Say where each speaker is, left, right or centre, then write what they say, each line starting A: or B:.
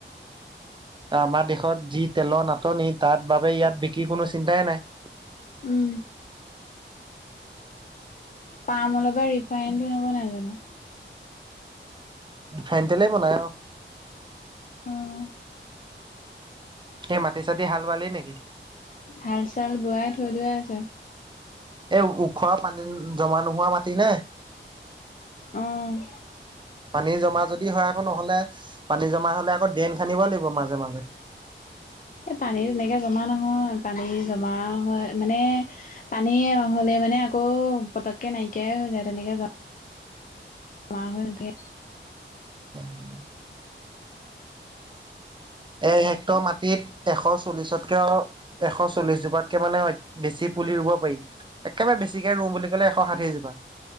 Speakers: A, on the right (about 25°); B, on the left (about 40°).
A: আমাৰ দেশত যি তেলৰ নাটনি তাৰ বাবে ইয়াত বিক্ৰিৰ কোনো চিন্তাই নাই।
B: অ'। পাম অইলৰ পৰা ৰিফাইনটো নবনাই জানো?
A: ৰিফাইনতেলেই বনায়া অ'।
B: অ'
A: সেই মাটি চাাটি হাল বালেই নেকি?
B: হাল চাল বোৱাই থৈ দিয়া আছে।
A: এই ওখো পানী জমা নোহোৱা মাটি নে?
B: অ'।
A: পানী জমা যদি হয় আকৌ নহ'লে পানী জমা হ'লে আকৌ ড্ৰেন খান্দিব লাগিব মাজে মাজে।
B: এই পানী তেনেকে জমা নহয়, পানী জমা হয় মানে পানী হ'লে মানে আকৌ পতককে নাইকিয়াই হৈ যায়। তেনেকে যোৱা মা হৈ নথাকে।
A: উম <unintelligible> এ হেক্টৰ মাটিত এশ চল্লিশতকৈ এশ চল্লিশ জোপাতকে মানে বেছি পুলি ৰুব পাৰি। একেবাৰে বেছিকে ৰুও বুলি কলে এশ ষাঠিজোপা।